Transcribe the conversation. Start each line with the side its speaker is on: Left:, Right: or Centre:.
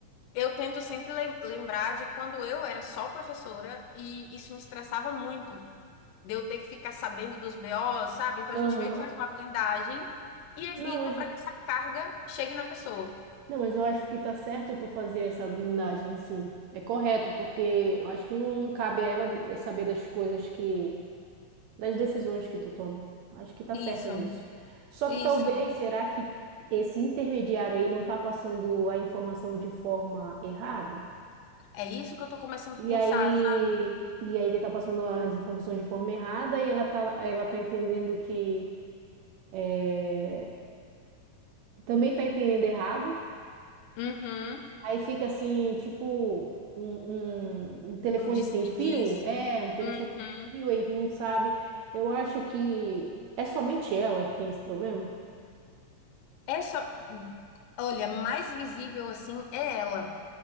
Left: eu tento sempre lem- lembrar de quando eu era só professora e isso me estressava muito, de eu ter que ficar sabendo dos BO, sabe? Então
Right: Aham.
Left: a gente meio que faz uma blindagem e evita
Right: Não, mas,
Left: para que essa carga chegue na pessoa.
Right: não, mas eu acho que tá certo tu fazer essa blindagem, sim. É correto, porque eu acho que não cabe a ela de- saber das coisas que das decisões que tu toma. Acho que tá
Left: Isso,
Right: certa nisso. Só
Left: isso.
Right: que talvez, será que esse intermediário aí não tá passando a informação de forma errada?
Left: É isso que eu tô começando
Right: E
Left: a pensar,
Right: aí,
Left: sabe?
Right: e aí ele tá passando as informações de forma errada e ela tá, ela tá entendendo que é, também tá entendendo errado.
Left: Uhum.
Right: Aí fica assim, tipo, um, um, um telefone
Left: Um disse-me-disse.
Right: sem fio? É, um telefone
Left: Uhum.
Right: sem fio aí, tu não sabe. Eu acho que é somente ela que tem esse problema.
Left: É só. Olha, mais visível assim é ela.